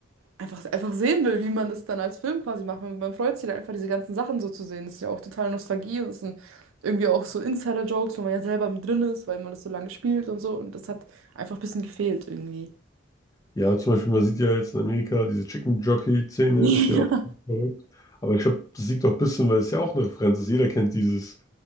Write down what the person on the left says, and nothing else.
Ja, zum Beispiel, man sieht ja jetzt in Amerika, diese Chicken Jockey-Szene
ist ja auch verrückt. Aber ich glaube, das liegt auch ein bisschen, weil es ja auch eine Referenz ist. Jeder kennt dieses,